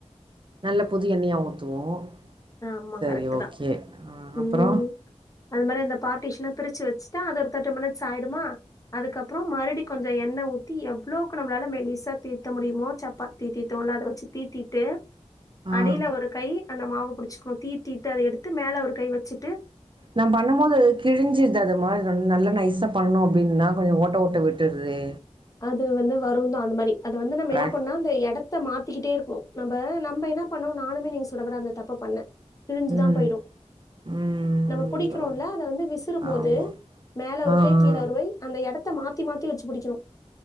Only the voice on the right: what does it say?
நல்ல புது எண்ணயா ஊத்துவோம்
சரி
ஓகே.
ஆ
அப்புறம்?
ஆ.
நா பண்ணம் போது அது கிழிஞ்சிர்து அத மாரி நல் நல்லா நைசா பண்ணோ அப்டின்னா கொஞ்சொ ஓட்ட ஓ ட்ட விட்டுருது
ப்ராக்
ம்
ம்
ம்
வரும்
ஆமா
ஆ ஆ